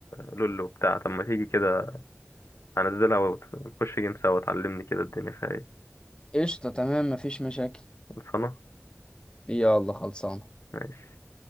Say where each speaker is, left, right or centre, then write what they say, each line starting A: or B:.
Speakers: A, on the left (about 75°); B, on the left (about 20°).
A: لولو بتاع طب ما تيجي كده هنزلها ونخش جيم سوا تعلمني كده الدنيا فيها ايه
B: قشطه تمام مفيش مشاكل
A: خلصانه
B: يلا خلصانه
A: ماشي